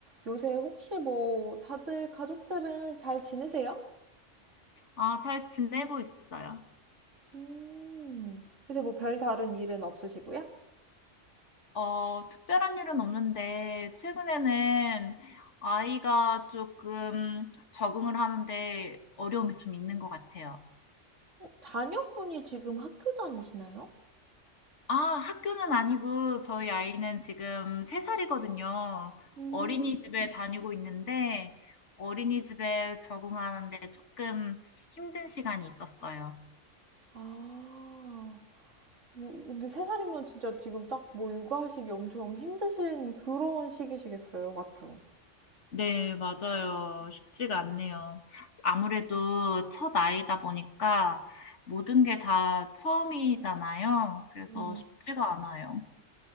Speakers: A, on the right (about 75°); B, on the left (about 70°).
A: 요새 혹시 뭐 다들 가족들은 잘 지내세요?
B: 아, 잘 지내고 있어요.
A: 음, 요새 뭐 별다른 일은 없으시고요?
B: 어, 특별한 일은 없는데, 최근에는 아이가 조금 적응을 하는데 어려움이 좀 있는 것 같아요.
A: 자녀분이 지금 학교 다니시나요?
B: 아, 학교는 아니고, 저희 아이는 지금 3살이거든요.
A: 음,
B: 어린이집에 다니고 있는데, 어린이집에 적응하는데 조금 힘든 시간이 있었어요.
A: 아, 요- 근데 세 살이면 진짜 지금 딱 뭐 육아하시기 엄청 힘드신 그런 시기시겠어요, 맞죠?
B: 네, 맞아요. 쉽지가 않네요. 아무래도 첫 아이다 보니까 모든 게 다 처음이잖아요. 그래서
A: 음,
B: 쉽지가 않아요.